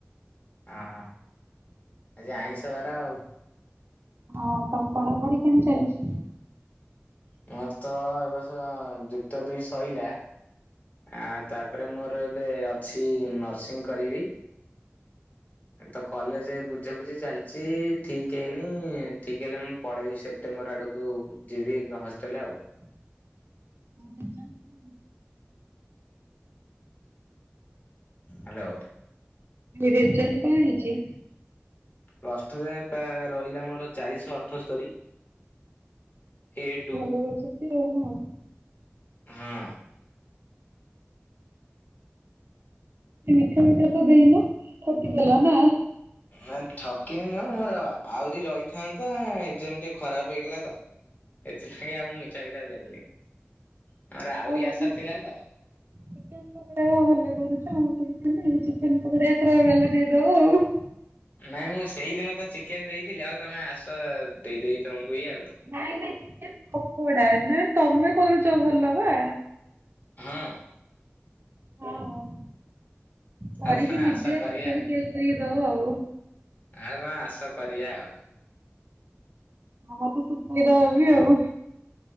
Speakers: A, on the left; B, on the right.
A: ଅହ, ଆଜି ଆଇଁଷ ବାର ଆଉ।
B: ହଁ, ତମ ପଢାପଢି କେମିତି ଚାଲିଚି?
A: ମୋର ତ ଏବର୍ଷ ଯୁକ୍ତ ଦୁଇ ସଇଲା। ଆ ତାପରେ ମୋର ଏବେ ଅଛି ନର୍ସିଂ କରିବି। ତ କଲେଜ ବୁଝାବୁଝି ଚାଲିଚି, ଠିକ୍ ହେଇନି ଠିକ୍ ହେଲେ ମୁଁ ପଳେଇବି ସେପ୍ଟେମ୍ବର ଆଡ଼କୁ। ଯିବି ହଷ୍ଟେଲ ଆଉ।
B: <unintelligible>
A: ହ୍ୟାଲୋ।
B: ରେଜଲ୍ଟ କଣ ହେଇଛି?
A: ପ୍ଲସ୍ ଟୁରେ ପା ରହିଲା ମୋର ଚାରିଶହ ଅଠସ୍ତରୀ। ଏ ଟୁ
B: ଭଲ କରିଛନ୍ତି ଆଉ ନୁହଁ।
A: ହଁ
B: ମିଠା ମିଠା ତ ଦେଇନ ଠକିଦଲ ନା।
A: ନା ଠକିନି ନୁହଁ ମୋର ଆହୁରି ରହିଥାନ୍ତା ଏକ୍ଜାମ ଟିକେ ଖରାପ ହେଇଗଲା ତ। ସେଥିପାଇଗ ଆଉ ମୁ ମିଠା ବିଟା ଦେଲିନି। ଆମର ଆହୁରି
B: ହଉ
A: ଆଶା ଥିଲା ତ।
B: ଚିକେନ ପକଡା ଭଲ କରୁଛ ମୁଁ ଶୁଣିଥିଲି ଚିକେନ ପକଡ଼ା ଏଥର ଗଲେ ଦେଇଦବ ଆଉ।
A: ନାଇଁ ମୁଁ ସେଇଦିନ ତ ଚିକେନ ଦେଇଥିଲି ଆଉ ତମେ ଆସ ଦେଇଦେଇ ତମକୁ ଇ ଆ।
B: ନାଇଁ ନାଇଁ ଚିକେ ପକୋଡା ନାଇ ତମେ କରୁଛ ଭଲ ବା।
A: ହଁ
B: ହଁ। କରିକି
A: ଆଉ ତମେ
B: ନିଜେ
A: ଆସ କରିବା
B: ହାତରେ
A: ଆଉ।
B: ତିଆରି କରିକି ଦବ ଆଉ।
A: ଆଉ କଣ ଆସ କରିବା ଆଉ।
B: ଆ ମତେ ଶଖେଇଦବବି ଆଉ।